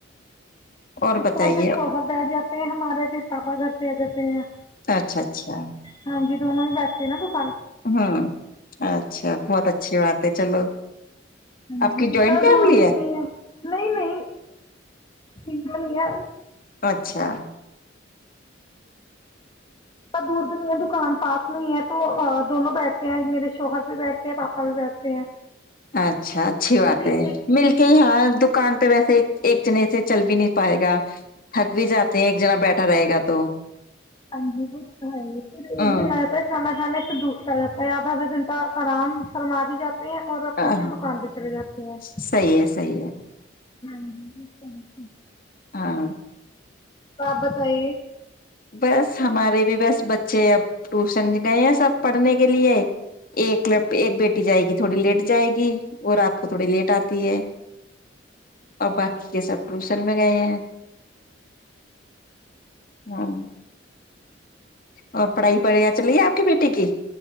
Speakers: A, on the left; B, on the left.
A: اور
B: اس
A: بتائیے
B: ٹائم پ شوہر بیٹھ جاتے ہیں ہمارے پ پپا گھر پہ جتے ہیں
A: اچھا اچھا <unintelligible>
B: ہاں جی دونوں ہی بستے ہیںا
A: ہاں اچھا بہت اچھا اچھی بات ہے چلو
B: ہاں
A: آپ
B: جی
A: کی جوائنٹ
B: جہ
A: فیملی
B: دور بھی نہیں ہے نہیں نہیں سگلیا
A: اچھا
B: دور د ہے دکان پاس نہیں ہے تو دونوں بیٹھتے ہیں میرے شوہر بھی بیٹھتے ہیں پاپا بھی بیٹھتے ہیں
A: اچھا اچھی بات
B: تو پھر
A: ہے
B: ایک
A: مل کے ہی ہاں دکان تو ویسے ایک جنے سے چل بھی نہیں پائے گا تھک بھی جاتے ہیں ایک جنا بیٹھے اھا رہے گا تو
B: ہاںی بت <unintelligible> ریٹ
A: ہ
B: بھی لگاتا ہے سامان <unintelligible> کھانے سے دور جاتا ہے آدا آھا گھنٹہ آرام فرما بھی جاتا ہے ہیں اور اپنا
A: ہاں
B: اپنی دکان پہ چلے جاتے ہیں
A: صحیح
B: ہاں
A: ہے صحیح ہے
B: ج ج <unintelligible>
A: ہاں
B: بابتائی
A: بس ہمارے بھی بس بچے اب ٹیوشن گئے ہیں سب پڑھنے کے لیے ایک ل ایک بیٹی جائے گی تھوڑی لیٹ جائے گی وہ رات کو تھوڑی لیٹ آتی ہے اور باقی کے سب ٹیوشن میں گئے ہیں ہاں اور پڑھائی پڑھیا چلیے آپ کی بیٹی کی